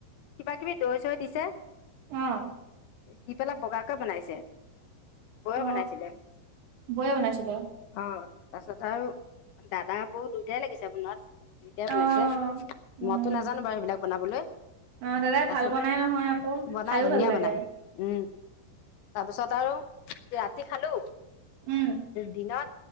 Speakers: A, on the left (about 75°); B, on the right (about 80°).
A: কিবা কিবি দৈ চৈ দিছে।
B: অহ
A: দি পেলাই বগাকে বনাইছে। বৌ
B: অ
A: এ বনাইছিলে
B: বৌয়ে বনাইছিলে
A: অহ, তাৰ পিছত আৰু দাদ-বৌ দুয়োটাই লাগিছে বনোৱাত। দুইটাই বনাইছে
B: অ উম
A: মইতো নাজানো বাৰু সেইবিলাক বনাবলে।
B: অ দাদাই
A: তাৰপিছত
B: ভাল বনাই নহয় আকৌ
A: বনাই
B: খাইও
A: ধুনীয়া
B: ভাল লাগে
A: বনাই। উম, তাৰপিছত আৰু ৰাতি খালো
B: উম
A: দিনত,